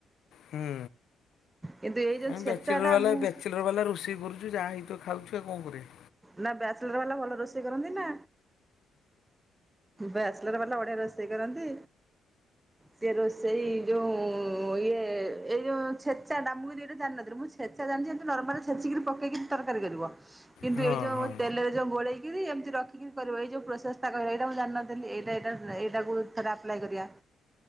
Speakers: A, on the left; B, on the right.
A: ହୁଁ।
B: କିନ୍ତୁ ଏଇ ଯୋଉ
A: ଆମେ
B: ଛେଚା
A: ବ୍ୟାଚଲର
B: ଟା
A: ବାଲା
B: ମୁଁ।
A: ବ୍ୟାଚଲର ବାଲା ରୋଷେଇ କରୁଛି ଯା ହେଇଥିବ ଖାଉଛି ଆଉ କଣ କରିବି।
B: ନା ବ୍ୟାଚଲର୍ ବାଲା ଭଲ ରୋଷେଇ କରନ୍ତି ନା‌। ବ୍ୟାଚଲର୍ ବାଲା ବଢିଆ ରୋଷେଇ କରନ୍ତି ସେ ରୋଷେଇ ଯୋଉ। ଉ ଇଏ। ଏଇ ଯୋଉ ଛେଚା ଟା ମୁଁ ଏମିତି ଏଇଟା ଜାଣିନଥିଲି ମୁଁ ଛେଚା ଜାଣିଛି ଏମତି ନର୍ମାଲ ଛେଚିକି ପକେଇକି ତରକାରୀ କରିବ। କିନ୍ତୁ
A: ହଁ
B: ଏଇ ଯୋଉ
A: ହଁ
B: ତେଲରେ। ଯୋଉ ଗୋଳେଇକିରି ଏମିତି ରଖିକି କରିବ ଏଇଯୋଉଁ ପ୍ରୋସେସ୍ ଟା କହିଲ ଏଇଟା ମୁଁ ଜଣିନଥିଲ ଏଇଟା ଏଇଟା ଏଇଟାକୁ। ଥରେ ଆପ୍ଲାଏ କରିବା।